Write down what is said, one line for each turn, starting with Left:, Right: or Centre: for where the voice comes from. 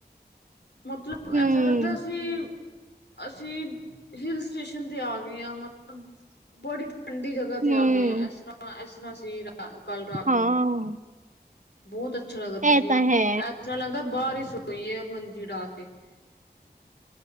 Left: ਮਤਲਬ
Right: ਹੂੰ,
Left: ਐਸਾ ਲੱਗਦਾ। ਅਸੀਂ ਹਿਲ ਸਟੇਸ਼ਨ ਤੇ ਆ ਗਏ ਆਂ ਮਤਲਬ ਬਡੀ ਠੰਡੀ ਜਗ੍ਹਾ
Right: ਹੂੰ,
Left: ਤੇ ਆ ਗਏ ਆ <unintelligible> <unintelligible> ਕੱਲ੍ਹ ਰਾਤ
Right: ਹਾਂ
Left: ਨੂੰ ਬਹੁਤ <unintelligible> <unintelligible> ਐਸ
Right: ਇਹ ਤਾਂ ਹੈ।
Left: ਤਰ੍ਹਾਂ ਲੱਗਦਾ ਬਾਰਿਸ਼ ਸੋਇਏ ਮੰਜੀ ਡਾ ਕੇ -